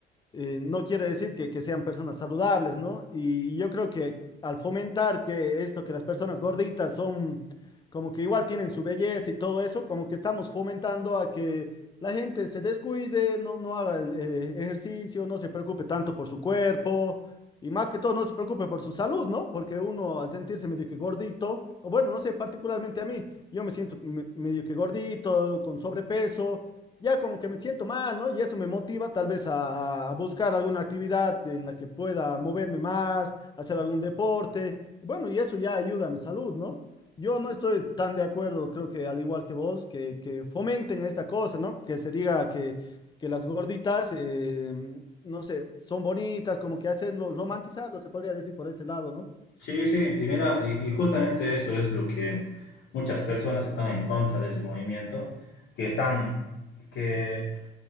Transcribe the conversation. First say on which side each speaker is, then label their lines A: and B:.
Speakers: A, on the left (about 20°); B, on the left (about 65°).
A: eh, no quiere decir que, que sean personas saludables, ¿no? Y yo creo que al fomentar que esto, que las personas gorditas son como que igual tienen su belleza y todo eso, como que estamos fomentando a que la gente se descuide, no, no haga el, eh, ejercicio, no se preocupe tanto por su cuerpo. Y más que todo, no se preocupe por su salud, ¿no? Porque uno al sentirse medio que gordito, o bueno, no sé, particularmente a mí, yo me siento me- medio que gordito, con sobrepeso, ya como que me siento mal, ¿no? Y eso me motiva tal vez a, a buscar alguna actividad en la que pueda moverme más, hacer algún deporte. Y bueno, y eso ya ayuda a mi salud, ¿no? Yo no estoy tan de acuerdo, creo que al igual que vos, que, que fomenten esta cosa, ¿no? Que se diga que, que las gorditas, eh, no sé, son bonitas, como que hacerlo, romantizarlo, se podría decir por ese lado, ¿no?
B: Sí, sí, y mira, y, y justamente eso es lo que muchas personas están en contra de ese movimiento, que están, que